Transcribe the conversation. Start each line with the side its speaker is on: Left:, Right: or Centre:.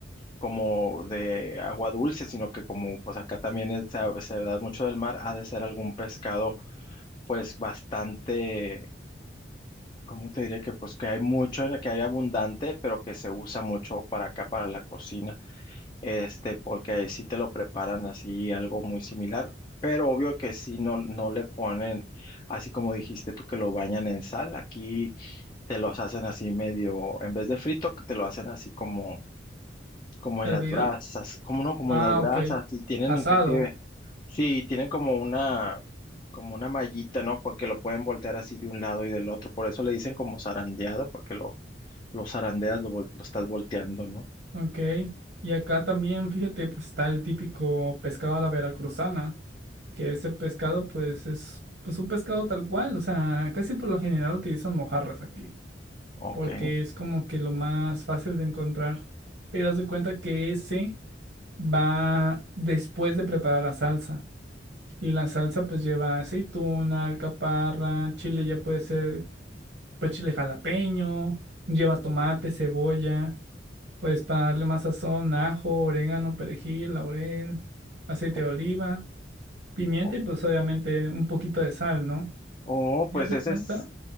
Left: como de agua dulce, sino que como pues acá también es- se, se da mucho del mar, ha de ser algún pescado pues bastante, ¿cómo te diría que pues que hay mucho, en el que hay abundante, pero que se usa mucho para acá, para la cocina, este, porque ahí sí te lo preparan así algo muy similar, pero obvio que sí no, no le ponen, así como dijiste tú que lo bañan en sal, aquí te los hacen así medio, en vez de frito, que te lo hacen así como, como
Right: hervido.
Left: en las brasas, como no, como
Right: Ah,
Left: en las brasas,
Right: ok.
Left: y tienen
Right: Asado.
Left: inclusive Sí, tienen como una, como una mallita, ¿no? Porque lo pueden voltear así de un lado y del otro. Por eso le dicen como zarandeado, porque lo, lo zarandeas, lo, vol- lo estás volteando, ¿no?
Right: Ok, y acá también, fíjate, pues está el típico pescado a la veracruzana, que ese pescado pues es pues un pescado tal cual, o sea, casi por lo general utilizan mojarras aquí,
Left: Ok.
Right: porque es como que lo más fácil de encontrar. Pero haz de cuenta que ese va después de preparar la salsa, y la salsa pues lleva aceituna, alcaparra, chile ya puede ser pues chile jalapeño, lleva tomate, cebolla. Pues para darle más sazón, ajo, orégano, perejil, laurel, aceite
Left: O-
Right: de oliva, pimienta
Left: o-
Right: y pues obviamente un poquito de sal, ¿no?
Left: Oh,
Right: ¿Ya
Left: pues
Right: se
Left: ese
Right: cuenta?
Left: es,